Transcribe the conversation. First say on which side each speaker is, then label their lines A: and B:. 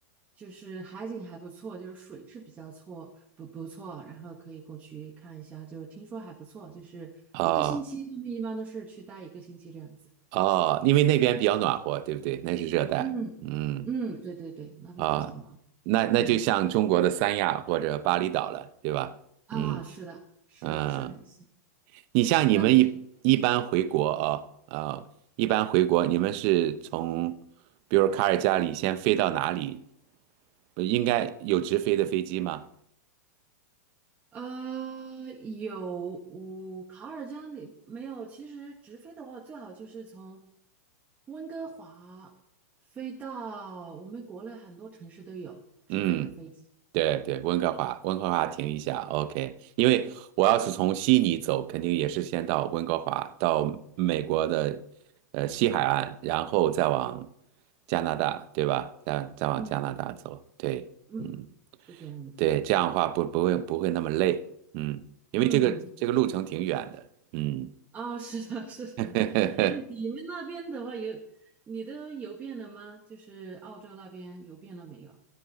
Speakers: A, on the right (about 15°); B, on the right (about 40°).
A: 就是海景还不错，就是水质比较错，不不错，然后可以过去看一下，就是听说还不错，就是一个星期，
B: 哦
A: 他们一般都是去待一个星期这样子。
B: 哦，因为那边比较暖和，对不对？那是热带，
A: 嗯嗯，
B: 嗯，
A: 对对对，那边比较忙。
B: 啊、那那就像中国的三亚或者巴厘岛了，
A: 嗯
B: 对吧？
A: 啊，
B: 嗯
A: 是的，是是很近。
B: 嗯，你像你们一一般回国啊啊、
A: 那你？嗯。
B: 一般回国，你们是从比如卡尔加里先飞到哪里？应该有直飞的飞机吗？
A: 呃，有，我卡尔加里没有。其实直飞的话，最好就是从温哥华飞到我们国内很多城市都有直飞的飞机。
B: 嗯对对，温哥华，温哥华停一下，OK。因为我要是从悉尼走，肯定也是先到温哥华，到美国的呃西海岸，然后再往加拿大，对吧？再再往加拿大走，
A: 嗯
B: 对，
A: 嗯，
B: 嗯，
A: 是这样子。
B: 对，这样的话不不会不会那么累，嗯，因为这个这个路程挺远的，
A: 嗯，
B: 嗯。
A: 啊，是的，是的。
B: <laughs>
A: 哎，你们那边的话有，你都游遍了吗？就是澳洲那边游遍了没有？